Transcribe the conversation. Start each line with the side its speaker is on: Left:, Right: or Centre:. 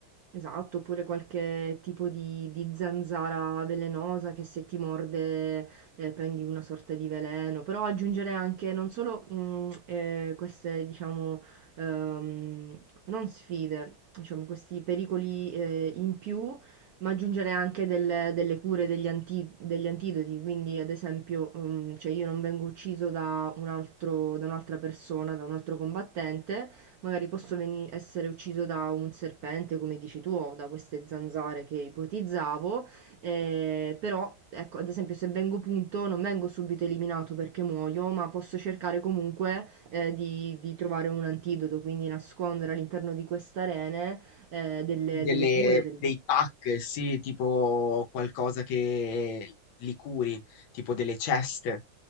Right: Esatto, oppure qualche tipo di, di zanzara velenosa che se ti morde eh, prendi una sorta di veleno, però aggiungere anche non solo mm, eh, queste, diciamo, ehm, non sfide, diciamo, questi pericoli eh, in più, ma aggiungere anche del- delle cure, degli, anti- degli antidoti, quindi ad esempio, mm, cioè io non vengo ucciso da un altro- da un'altra persona, da un altro combattente magari posso veni- essere ucciso da un serpente, come dici tu, o da queste zanzare che ipotizzavo, eh, però, ecco, ad esempio, se vengo punto, non vengo subito eliminato perché muoio, ma posso cercare comunque eh, di, di trovare un antidoto, quindi nascondere all'interno di queste arene eh, delle,
Left: Delle-
Right: delle cure, del-
Left: dei pack, sì, tipo qualcosa che li curi, tipo delle ceste.